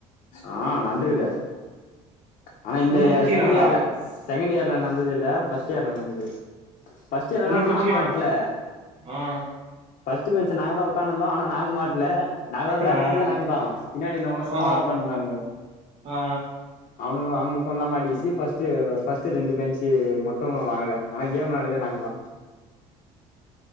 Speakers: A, on the left; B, on the right.
A: ஆ நந்துகிதே ஆனா இந்த
B: உன்ன புச்சிக்கிறாங்களா
A: செகண்ட் இயர்ல செகண்ட் இயர்ல நந் து வில்ல பஸ்ட்டு இயர்ல நடந்துக்கிது பஸ்ட்டே இயர்ல
B: உன்ன
A: ஆனா
B: புச்சிக்கிறா
A: நான் மாட்ல
B: ஆ
A: ஃபஸ்ட்டு பெஞ்சி நாங்க தான் உக்காந்துந்தோ ‌ஆனா நாங்க மாட்ல நாங்களா விளையாடி
B: ஆ
A: இருந்ததே நாங்க தான் விளயாடினு இருந்ததே நாங்க தான் பின்னாடி இருந்தவங்கலா சும்மாதான்
B: ஆ
A: உக்காந்துட்டு இருந்தானுங்க
B: ஆ
A: அவனுங்க அவனுங்கோ ஃபோன்லா மாட்டிக்கிச்சி ஃபஸ்ட்டு ஃபஸ்ட்டு ரெண்டு பெஞ்சி மட் டும் வாங்கல ஆனா கேம் விளான்டதே நாங்க தா